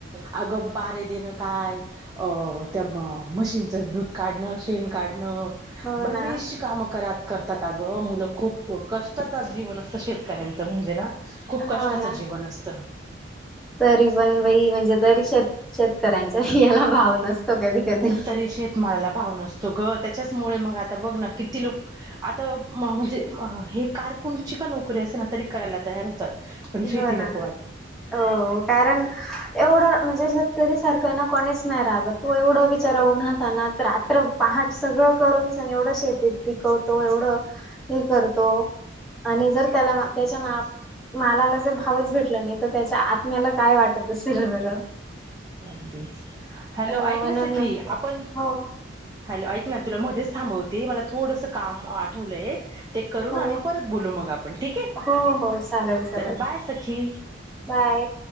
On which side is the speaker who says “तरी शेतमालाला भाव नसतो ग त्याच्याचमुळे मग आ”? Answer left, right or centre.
Right